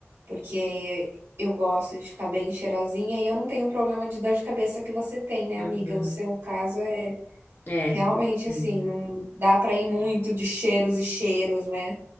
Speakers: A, on the right; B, on the left.
A: porque eu gosto de ficar bem cheirosinha e eu não tenho o problema de dor de cabeça que você tem, né,
B: Uhum.
A: amiga? O seu caso é
B: É.
A: realmente
B: Sim.
A: assim, não dá para ir muito de cheiros e cheiros, né?